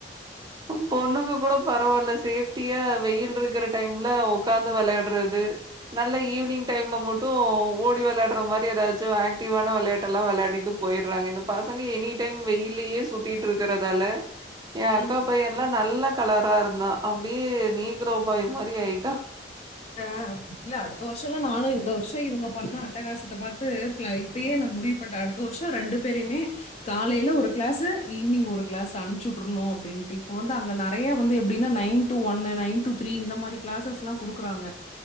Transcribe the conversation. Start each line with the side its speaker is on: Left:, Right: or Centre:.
Right: அம் பொண்ணுங்க கூட பரவால்லா சேஃப்டியா வெயில்ருக்ற டைம்ல ஒக்காந்து வெளையாட்றது நல்லா ஈவ்னிங் டைம்ல மட்டு ஓடி வெளையாட்ற மாரி ஏதாச்சு ஏக்டிவான வெளையாட்டல்லா வெளையாடிட்டு போய் போய்ட்றாங்க இந்த பசங்க எனி டைம் வெய்லியே சுத்திட்ருக்கறதால எ
Left: ம்.
Right: அக்கா பையெல்லா நல்லா கலரா இருந்தா அப்டியே நீக்ரோ பாய் மாரி ஆய்ட்டா
Left: <unintelligible> இல்ல அடுத்த வர்ஷோல்லா நானு இந்த வர்ஷோ இவங்க பண்ண அட்டகாசத்த பாத்து ப்ளை இப்பையே முடிவுப்பண்ட்ட அடுத்த வர்ஷோ ரெண்டு பேரயுமே காலைல ஒரு க்ளாஸு ஈவ்னிங் ஒரு க்ளாஸ் அனுப்ச்சி உட்ருனு அப்டின்ட்டு இப்ப வந்து அங்க நெறையா வந்து எப்டினா nine to one nine to three இந்த மாரி க்ளாசஸ்லா குடுக் றாங்க